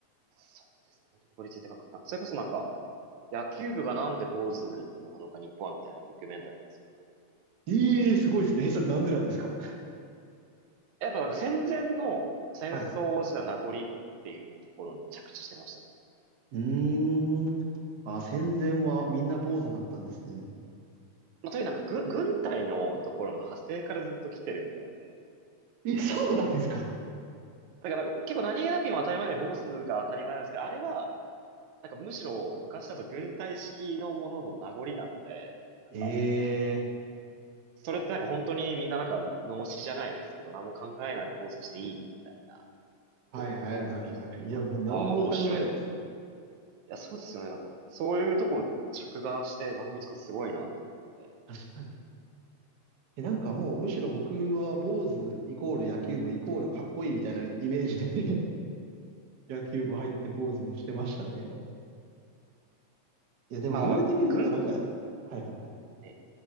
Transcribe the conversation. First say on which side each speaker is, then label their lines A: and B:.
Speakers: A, on the right; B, on the right.
A: そうですね。本当クオリティ高くて、なんか、それこそなんか、野球部がなんで坊主なのか日本はみたいなドキュメンタリーを作って。
B: ええー、すごいですね。それなんでなんですか
A: やっぱなんか戦前の戦争時代の名残っ
B: はい。う
A: ていうところに着地してましたね。
B: ーん。あー、戦前はみんな坊主だったんですね。
A: まあ、というなんか軍、軍隊のところの派生からずっと来てるみたいで。
B: え、そうなんですか
A: だからなんか結構何気なく今当たり前で坊主が当たり前なんですけど、あれは、なんかむしろ昔だと軍隊式のものの名残なので、なんか、
B: ええ
A: それってなんか本当にみんななんか脳死じゃないですけど、何も考えないで坊主にしていいのみたいな。
B: はいはいはいはい。
A: ことが言ってて。
B: いや、もう何も考えないですね。
A: ああ、面白いな。いや、そうですよね。なんか、そういうとこ着眼して番組作るのすごいなと思って。
B: 確かに。え、なんかもうむしろ僕は坊主イコール野球部イコールかっこいいみたいなイメージで <laughs> 野球部入って坊主にしてましたね。いや、でも言われてみるとなんか、
A: まあまあ、軍と、
B: はいはいはい。
A: え、い